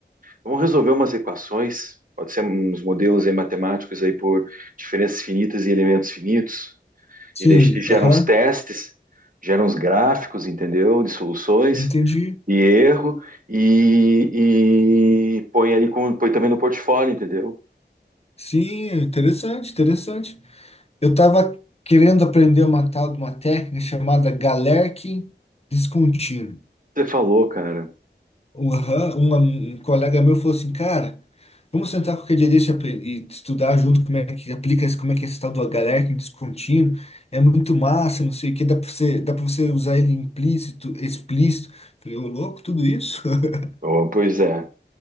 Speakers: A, on the right (about 50°); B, on the left (about 35°).
A: Vamos resolver umas equações, pode ser uns modelos aí matemáticos aí por diferenças finitas e elementos finitos,
B: Sim,
A: e daí a gente gera
B: aham.
A: uns testes, gera uns gráficos, entendeu? De soluções
B: Entendi.
A: e erro, e, e põe ali com, põe também no portfólio, entendeu?
B: Sim, interessante, interessante. Eu estava querendo aprender uma tal de uma técnica chamada Galerkin descontínuo.
A: Você falou, cara.
B: Um, aham, uma- um colega meu falou assim, cara, vamos sentar qualquer dia desse e apre- e estudar junto como é que aplica, esse- como é que é esse tal do Galerkin descontínuo. É muito massa, não sei o que, dá para você, dá para você usar ele implícito, explícito. Falei, ô louco, tudo isso? <laughs>
A: Oh, pois é.